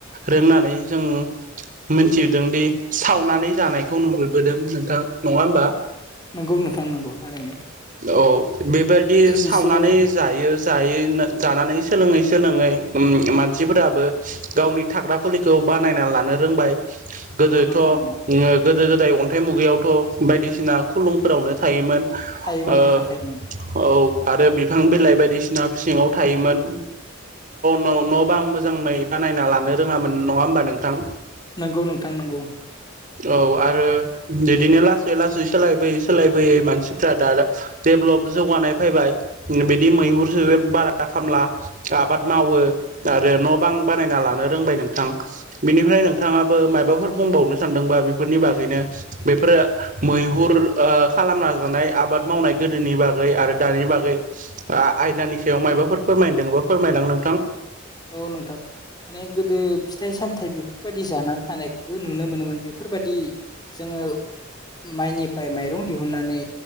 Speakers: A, on the right; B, on the left.
A: रोंनानै जों मिथिहदों दि सावनानै नानै जानायखौ नु मोनबोदों नोंथां नङा होमबा?
B: नंगौनो थांनांगौ थारैनो
A: औ बेबायदि सावनानै
B: बिसोरो
A: जायो जायै जानानै सोलोङै सोलोङै मानसिफोराबो गावनि थाग्रा खुलिखौ बानायना लानो रोंबाय गोदोथ'
B: औ नोंथां
A: ओ
B: औ
A: गोदो जाय अन्थाइ मुगायावथ' बायदिसिना खुलुंफोरावनो थायोमोन
B: थायोमोन
A: ओ
B: नोंथां थायोमोन
A: औ आरो बिफां बिलाइ बायदिसिना सिङाव थायोमोन न' न' बां आं मोजाङै बानायना लानो रोङामोन नङा होमबा नोंथां
B: नंगौ नोंथां नंगौ
A: औ आरो बिदिनो लासै लासै सोलाय बयै सोलायबोयै मानसिफ्रा दा डेभलप जौगानाय फैबाय बिदि मैहुरस बारा खामला आबाद मावो आरो न' बां बानायना लानो रोंबाय नोंथां बेनिफ्राय नोंथाङाबो माबाफोर बुंबावनो सान्दोंबा बेफोरनि बागैनो बेफोरो मैहुर खालामना जानाय आबाद मावनाय गोदोनि बागै आरो दानि बागै आयदानि सायाव मायाबाफोर फोरमायदों बा फोरमायलां नोंथां ।
B: औ नोंथां माने गोदो फिथाइ सामथाइ बेफोरबायाददि जानानै थानायखौबो नुनो मोनोमोन बेफोरबायादि जोङो माइनिफ्राय माइरं दिहुननानै